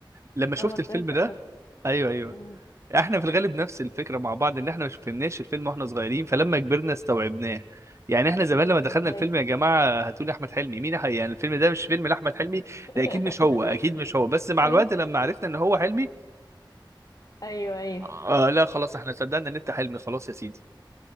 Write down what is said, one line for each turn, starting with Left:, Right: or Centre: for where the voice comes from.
Right: لما شفت
Left: انا ما فهمتهاش
Right: الفيلم ده
Left: ما-
Right: ايوه ايوه
Left: مم.
Right: احنا في الغالب نفس الفكره مع بعض ان احنا مش فهمناش الفيلم واحنا صغيرين فلما كبرنا استوعبناه يعني احنا زمان لما دخلنا
Left: ايوه
Right: الفيلم يا جماعه هاتوا لي احمد حلمي مين ح- يعني الفيلم ده مش فيلم لاحمد حلمي
Left: <laughs>
Right: ده اكيد مش هو اكيد مش هو بس مع
Left: ايوه
Right: الوقت لما عرفنا ان هو حلمي
Left: ايوه ايوه
Right: آه لا خلاص احنا صدقنا ان انت حلمي خلاص يا سيدي